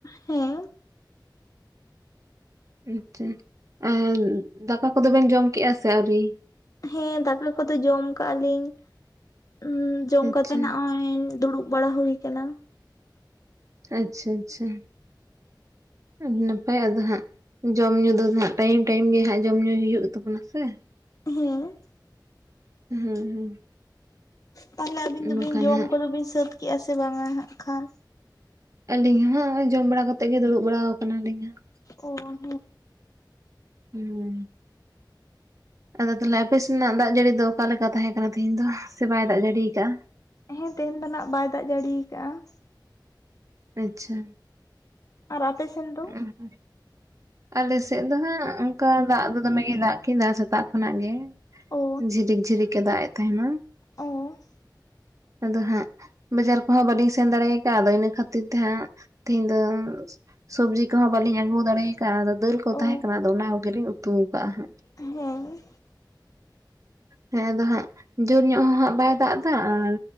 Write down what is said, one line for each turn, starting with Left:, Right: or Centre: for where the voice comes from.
Left: ᱦᱮᱸ᱾
Right: ᱟᱪᱪᱷᱟ ᱟᱨ ᱫᱟᱠᱟ ᱠᱚᱫᱚᱵᱮᱱ ᱡᱚᱢ ᱠᱮᱫᱮᱜᱼᱟ ᱥᱮ ᱟᱹᱣᱨᱤ᱾
Left: ᱦᱮᱸ ᱫᱟᱠᱟ ᱠᱚᱫᱚ ᱡᱚᱢ ᱠᱟᱜᱼᱟ ᱞᱤᱧ ᱩᱻᱻ ᱡᱚᱢ
Right: ᱟᱪᱪᱷᱟ
Left: ᱠᱟᱛᱮ ᱱᱚᱜᱼᱚᱭ ᱫᱩᱲᱩᱵ ᱵᱟᱲᱟ ᱦᱩᱭ ᱟᱠᱟᱱᱟ᱾
Right: ᱟᱪᱪᱷᱟ ᱟᱪᱪᱷᱟ ᱟᱹᱰᱤ ᱱᱟᱯᱟᱭ ᱟᱫᱚ ᱦᱟᱸᱜ ᱡᱚᱢ ᱧᱩ ᱫᱚ ᱦᱟᱜ ᱴᱟᱭᱤᱢ ᱴᱟᱭᱤᱢ ᱜᱮ ᱦᱟᱜ ᱡᱚᱢ ᱧᱩᱭ ᱦᱩᱭᱩᱜ ᱛᱟᱵᱚᱱᱟ ᱥᱮ
Left: ᱦᱮᱸ᱾
Right: ᱦᱮᱸ ᱦᱮᱸ᱾
Left: ᱛᱟᱦᱚᱞᱮ ᱟᱵᱤᱱ ᱫᱚᱵᱤᱱ
Right: ᱵᱟᱠᱷᱟᱱ
Left: ᱡᱚᱢ
Right: ᱦᱟᱸᱜ
Left: ᱠᱚᱫᱚ ᱵᱤᱱ ᱥᱟᱹᱛ ᱠᱮᱫᱮᱜᱼᱟ ᱥᱮ ᱵᱟᱝᱼᱟ ᱦᱟᱸᱜ ᱠᱷᱟᱱ
Right: ᱟᱹᱞᱤᱧ ᱦᱚ ᱡᱚᱢ ᱵᱟᱲᱟ ᱠᱟᱛᱮᱜ ᱜᱮ ᱫᱩᱲᱩᱵ ᱵᱟᱲᱟ ᱟᱠᱟᱱ ᱟᱞᱤᱧ ᱦᱟᱸᱜ᱾
Left: ᱳ ᱦᱚᱸ᱾
Right: ᱦᱩᱸ᱾ ᱟᱫᱚ ᱛᱟᱦᱚᱞᱮ ᱟᱯᱮᱥᱮᱱᱟᱜ ᱫᱟᱜ ᱡᱟᱹᱲᱤ ᱫᱚ ᱚᱠᱟᱞᱮᱠᱟ ᱛᱟᱦᱮᱸ ᱠᱟᱱᱟ? ᱛᱮᱦᱤᱧ ᱫᱚ ᱥᱮ ᱵᱟᱭ ᱫᱟᱜ ᱡᱟᱹᱲᱤᱭᱟ ᱟᱠᱟᱫᱼᱟ᱾
Left: ᱦᱮᱸ ᱛᱮᱦᱮᱧ ᱫᱚ ᱱᱟᱜ ᱵᱟᱭ ᱫᱟᱜ ᱡᱟᱹᱲᱤᱭᱟ ᱟᱠᱟᱫᱼᱟ᱾
Right: ᱟᱪᱪᱷᱟ᱾
Left: ᱟᱨ ᱟᱯᱮ ᱥᱮᱱ ᱫᱚ?
Right: ᱦᱩ᱾ ᱟᱞᱮᱥᱮᱫ ᱫᱚ ᱦᱟᱸᱜ ᱚᱱᱠᱟ ᱫᱟᱜ ᱫᱚ ᱫᱚᱢᱮᱜᱮᱭ ᱫᱟᱜ ᱠᱮᱫᱟ᱾ ᱥᱮᱛᱟᱜ ᱠᱷᱚᱱᱟᱜ ᱜᱮ
Left: ᱚ
Right: ᱡᱷᱤᱨᱤᱠ ᱡᱷᱤᱨᱤᱠ ᱮ ᱫᱟᱜ ᱮ ᱛᱟᱦᱮᱱᱟ᱾
Left: ᱚᱸ᱾
Right: ᱟᱫᱚ ᱦᱟᱸᱜ ᱵᱟᱡᱟᱨ ᱠᱚᱦᱚᱸ ᱵᱟᱹᱞᱤᱧ ᱥᱮᱱ ᱫᱟᱲᱮ ᱟᱠᱟᱜᱼᱟ᱾ ᱟᱫᱚ ᱤᱱᱟᱹ ᱠᱷᱟᱹᱛᱤᱨ ᱛᱮ ᱦᱟᱸᱜ ᱛᱮᱦᱤᱧ ᱫᱚ ᱥᱚᱵᱽᱡᱤ ᱠᱚᱦᱚᱸ ᱵᱟᱹᱞᱤᱧ ᱟᱹᱜᱩ ᱫᱟᱲᱮ ᱟᱠᱟᱫᱼᱟ᱾ ᱫᱟᱹᱞ ᱠᱚ
Left: ᱚ
Right: ᱛᱟᱦᱮᱸ ᱠᱟᱱᱟ᱾ ᱟᱫᱚ ᱚᱱᱟ ᱠᱚᱜᱮ ᱞᱤᱧ ᱩᱛᱩ ᱟᱠᱟᱫᱼᱟ ᱦᱟᱸᱜ᱾
Left: ᱦᱮᱸ
Right: ᱦᱮᱸ ᱟᱫᱚ ᱦᱟᱸᱜ ᱡᱳᱨ ᱧᱚᱜ ᱦᱚᱸ ᱦᱟᱸᱜ ᱵᱟᱭ ᱫᱟᱜ ᱮᱫᱟ ᱟᱨ